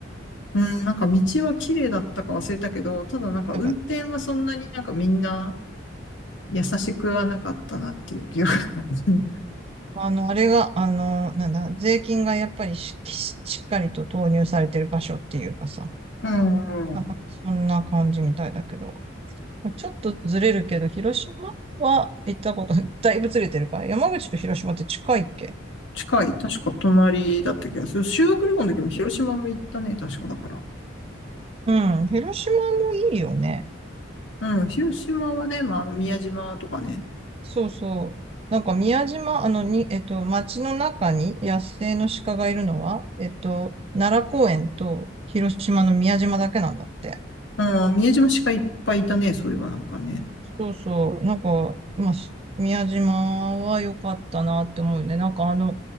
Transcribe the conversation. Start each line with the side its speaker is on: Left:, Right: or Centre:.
Left: うん、なんか道は綺麗だったか忘れたけど、ただなんか運転はそんなになんかみんな
Right: なんか、
Left: 優しくはなかったなっていう記憶がある。<laughs>
Right: あの、あれが、あの、なんだ、税金がやっぱりし、ししっかりと投入されてる場所っていうかさ、
Left: うんうん。
Right: なんかそんな感じみたいだけど。ちょっとずれるけど、広島は行ったこと、<laughs> だいぶずれてるから、山口と広島って近いっけ
Left: 近い。確か隣だった気がする。修学旅行の時も広島も行ったね、確かだから。
Right: うん、広島もいいよね。
Left: うん、広島はね、まあ、あの宮島とかね、
Right: そうそう。なんか宮島、あの、に、えっと、町の中に野生の鹿がいるのは、えっと、奈良公園と広島の宮島だけなんだって。
Left: うん、宮島鹿いっぱいいたね、そういえばなんかね。
Right: そうそう。なんか、まあ、し宮島は良かったなって思うね。なんかあの、